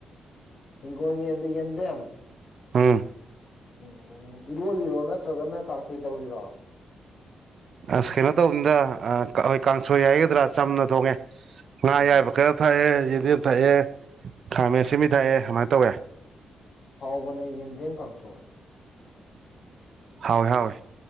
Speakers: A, on the left (about 60°); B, on the right (about 60°).
A: ꯏꯒꯣ ꯌꯦ ꯌꯦꯟꯗꯦꯝ
B: ꯎꯝ
A: ꯎꯝ ꯏꯔꯣꯜꯂꯤꯔꯣ ꯅꯠꯇ꯭ꯔꯒꯅ ꯀꯥꯡꯐꯣꯏ ꯇꯧꯔꯤꯔꯣ
B: ꯑꯁ ꯀꯩꯅꯣ ꯇꯧꯕꯅꯤꯗ ꯑꯩꯣꯏ ꯀꯥꯡꯁꯣꯏ ꯌꯥꯒꯗ꯭ꯔꯥ ꯆꯝꯅ ꯊꯣꯡꯉꯦ ꯉ
A: ꯎꯝ
B: ꯌꯥꯏꯕꯀꯔ ꯊꯥꯏꯑꯌꯦ ꯌꯦꯗꯤ ꯊꯥꯏꯑꯌꯦ ꯈꯥꯝꯦꯁꯤꯃꯤ ꯊꯥꯏꯑ ꯇꯧꯋꯦ
A: ꯍꯥꯎꯕꯅꯦ ꯌꯦꯟꯗꯦꯝ ꯀꯥꯡꯁꯣꯔ
B: ꯍꯥꯎꯋꯏ ꯍꯥꯎꯋꯦ